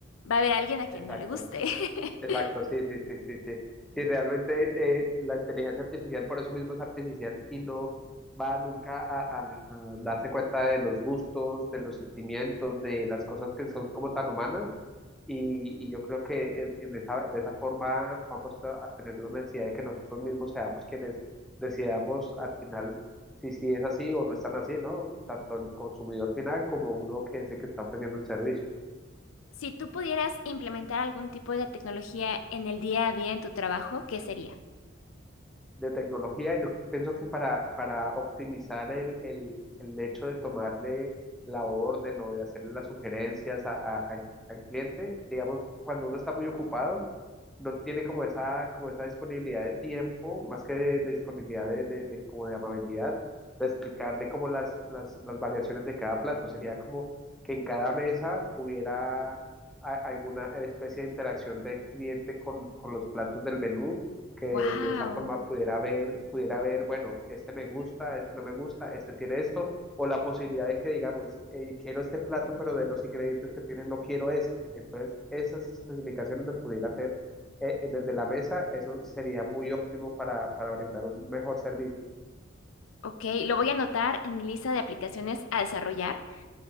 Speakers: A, on the left; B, in the centre.
A: va a haber alguien a quien
B: Exacto.
A: no le guste.
B: Exacto,
A: <laughs>
B: sí, sí, sí, sí, sí. Y realmente eh, la inteligencia artificial por eso mismo es artificial y no va nunca a, a- a darse cuenta de los gustos, de los sentimientos, de las cosas que son como tan humanas. Y, y yo creo que en, en esa, de esa forma vamos a, a tener la necesidad de que nosotros mismos seamos quienes decidamos al final si sí es así o no es tan así, ¿no? Tanto el consumidor final como uno que es el que está ofreciendo el servicio.
A: Si tú pudieras implementar algún tipo de tecnología en el día a día en tu trabajo, ¿qué sería?
B: de tecnología, yo pienso que para, para optimizar el, el, el hecho de tomarle la orden o de hacerle las sugerencias a- a- al al cliente, digamos, cuando uno está muy ocupado, no tiene como esa, como esa disponibilidad de tiempo, más que de, de disponibilidad de, de- de- como de amabilidad, de explicarle como las, las, las variaciones de cada plato. Sería como que en cada mesa hubiera a- alguna especie de interacción del cliente con, con los platos del menú, que
A: Wow,
B: de esa forma pudiera ver, pudiera ver, bueno, este me gusta, este no me gusta, este tiene esto, o la posibilidad de que digamos, eh, quiero este plato, pero de los ingredientes que tienen no quiero este. Entonces, esas especificaciones las pudiera hacer eh, eh, desde la mesa, eso sería muy óptimo para, para brindar un mejor servicio.
A: ok, lo voy a anotar en mi lista de aplicaciones a desarrollar.